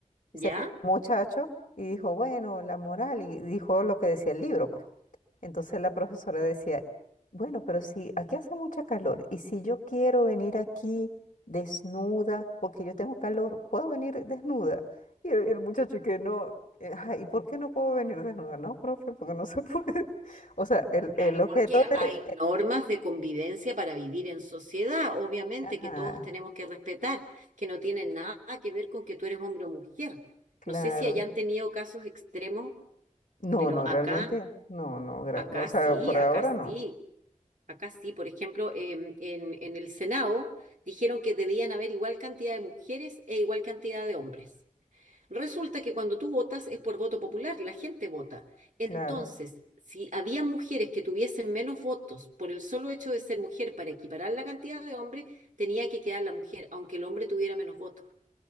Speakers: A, on the left; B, on the right.
A: ese
B: ya.
A: muchacho y dijo, bueno, la moral, y dijo lo que decía el libro, pues. Entonces la profesora decía, bueno, pero si aquí hace mucha calor y si yo quiero venir aquí desnuda porque yo tengo calor, ¿puedo venir desnuda? Y el, el muchacho y que no, eh, "Ajá, ¿y por qué no puedo venir desnuda? No, profe, porque no se puede. <laughs> O sea, el, el
B: Claro,
A: objeto
B: porque
A: de...
B: hay normas. Normas de convivencia para vivir en sociedad, obviamente
A: Ajá,
B: que todos tenemos que respetar, que no tienen nada que ver con que tú eres hombre o mujer.
A: claro.
B: No sé si hayan tenido casos extremos,
A: No,
B: pero
A: no,
B: acá,
A: realmente, no, no, gra-
B: acá
A: o sea,
B: sí,
A: por
B: acá
A: ahora no,
B: sí, acá sí. Por ejemplo, em, en, en el Senado dijeron que debían haber igual cantidad de mujeres e igual cantidad de hombres. Resulta que cuando tú votas es por voto popular, la gente vota. Entonces,
A: claro.
B: si había mujeres que tuviesen menos votos por el solo hecho de ser mujer para equiparar la cantidad de hombres, tenía que quedar la mujer, aunque el hombre tuviera menos votos,